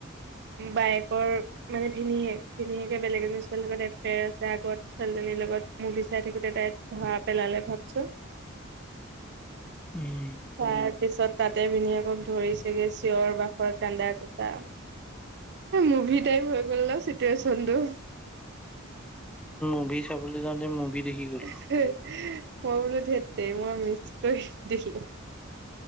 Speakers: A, on the right; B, in the centre.
A: বাইকৰ মানে ভিনিয়েক ভিনিয়েকে বেলেগ এজনী ছোৱলীৰ লগত এফেয়াৰ আছে আগত এজনীৰ লগত মুভি চাই থাকোতে তাই ধৰা পেলালে ভাবছো।
B: উম
A: তাৰ পিছত তাতে ভিনয়েক ধৰিছেগে চিঞৰ বাখৰ কান্দা কোটা মুভিটেই হৈ গল চিটোৱেচনটো
B: মুভি চাবলৈ যাওঁতে মুভি দেখি গ'ল।
A: মই বোলো ঢেত তেৰি মই মিচ কৰি দিলো।